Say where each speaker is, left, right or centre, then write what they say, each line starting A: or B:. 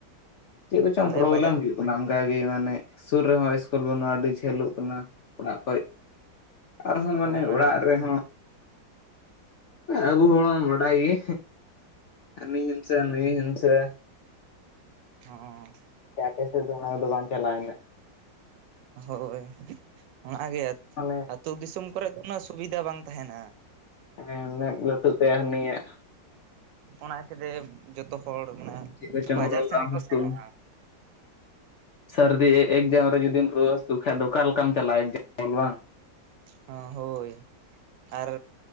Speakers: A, on the left (about 75°); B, on the right (about 80°).
A: ᱪᱮᱫ ᱠᱚᱪᱚᱝ
B: ᱟᱞᱮᱭᱟᱜ
A: ᱯᱨᱚᱵᱞᱮᱢ
B: ᱵᱟᱡᱟᱨ
A: ᱦᱩᱭᱩᱜ ᱚᱱᱟ ᱚᱱᱠᱟᱜᱮ ᱢᱟᱱᱮ ᱥᱩᱨ ᱨᱮᱦᱚᱸ ᱤᱥᱠᱩᱞ ᱵᱟᱹᱱᱩᱜᱼᱟ, ᱟᱹᱰᱤ ᱡᱷᱟᱹᱞᱚᱜ ᱠᱟᱱᱟ ᱚᱲᱟᱜ ᱠᱷᱚᱡ᱾ ᱟᱨᱦᱚᱸ
B: ᱚᱱᱟ
A: ᱢᱟᱱᱮ ᱚᱲᱟᱜ ᱨᱮᱦᱚᱸ ᱟᱵᱩ ᱦᱚᱲ ᱢᱟᱵᱩᱱ ᱵᱟᱰᱟᱭ ᱜᱤ ᱦᱟᱱᱤ ᱦᱤᱱᱥᱟᱹ ᱱᱟᱹᱭ ᱦᱤᱱᱥᱟᱹ᱾
B: ᱦᱚᱸ᱾
A: ᱥᱮ ᱟᱯᱮ ᱥᱮᱫ ᱫᱚ ᱚᱱᱟ ᱠᱚᱫᱚ ᱵᱟᱝ ᱪᱟᱞᱟᱜ-ᱟ, ᱤᱱᱟᱹᱜ
B: ᱦᱳᱭ ᱚᱱᱟᱜᱮ
A: ᱢᱟᱱᱮ
B: ᱟᱛᱳ ᱫᱤᱥᱚᱢ ᱠᱚᱨᱮ ᱫᱚ ᱩᱱᱟᱹᱜ ᱥᱩᱵᱤᱫᱟ ᱵᱟᱝ ᱛᱟᱦᱮᱱᱟ᱾
A: ᱦᱮᱸ, ᱢᱮᱸᱫ ᱞᱟᱹᱴᱩᱜ ᱛᱟᱭᱟ ᱦᱟᱹᱱᱤᱭᱟᱜ᱾
B: ᱚᱱᱟ ᱤᱠᱟᱹᱛᱮ ᱡᱚᱛᱚ ᱦᱚᱲ ᱢᱟᱱᱮ
A: ᱪᱮᱫ ᱠᱚᱪᱚᱝ
B: ᱵᱟᱡᱟᱨ
A: ᱨᱳᱜ
B: ᱥᱮᱱ
A: ᱟᱢ
B: ᱜᱮᱠᱚ
A: ᱦᱟᱥᱩ
B: ᱥᱮᱱᱚᱜᱼᱟ
A: ᱥᱟᱹᱨᱫᱤ ᱮ ᱮ ᱮᱠᱡᱟᱢ ᱨᱮ ᱡᱩᱫᱤᱢ ᱨᱩᱣᱟᱹ ᱦᱟᱹᱥᱩ ᱠᱷᱟᱡ ᱫᱚ ᱚᱠᱟ ᱞᱮᱠᱟᱢ ᱪᱟᱞᱟᱜᱼᱟ ᱮᱠᱡᱟᱢ ᱚᱞ ᱵᱟᱝ
B: ᱦᱮᱸ ᱦᱳᱭ ᱟᱨ